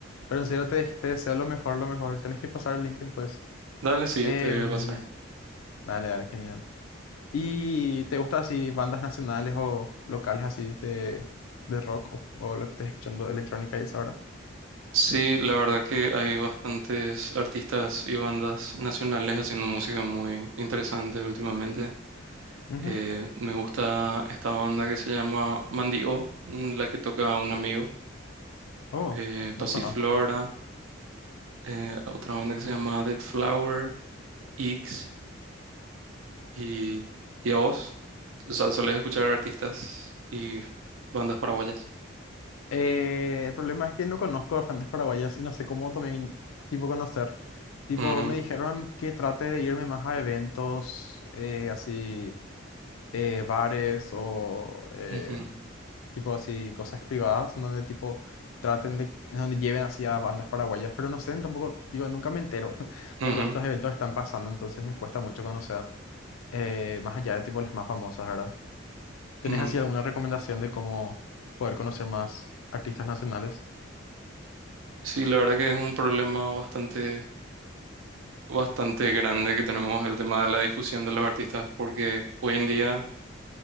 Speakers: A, on the left; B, on the right.
A: Pero en serio, te, te deseo lo mejor, lo mejor. Tenés que pasar el link después.
B: Dale, sí,
A: Em,
B: te voy a pasar.
A: dale, dale, genial. ¿Y te gusta así bandas nacionales o locales así de, de rock o, o lo que estés escuchando electrónica y eso ahora?
B: Sí, la verdad que hay bastantes artistas y bandas nacionales haciendo música muy interesante últimamente.
A: Ujú.
B: Eh, me gusta esta banda que se llama Mandy O, mm, la que toca un amigo.
A: Oh,
B: Eh,
A: no
B: Pasiflora,
A: conozco.
B: eh, otra banda que se llama Dead Flower, X y, y a vos. O sea, solés escuchar artistas y bandas paraguayas.
A: Eh, el problema es que no conozco a bandas paraguayas y no sé cómo también tipo conocer. Tipo,
B: Ujú,
A: me dijeron que trate de irme más a eventos eh, así, eh, bares o eh,
B: ujú,
A: tipo así cosas privadas donde tipo traten de, donde lleven así a bandas paraguayas, pero no sé, tampoco, digo, nunca me entero <laughs>
B: ujú,
A: cuando estos eventos están pasando, entonces me cuesta mucho conocer, eh, más allá de tipo las más famosas, ¿verdad? ¿Tenés
B: ujú.
A: así alguna recomendación de cómo poder conocer más artistas nacionales?
B: Sí, la verdad que es un problema bastante, bastante grande que tenemos el tema de la difusión de los artistas, porque hoy en día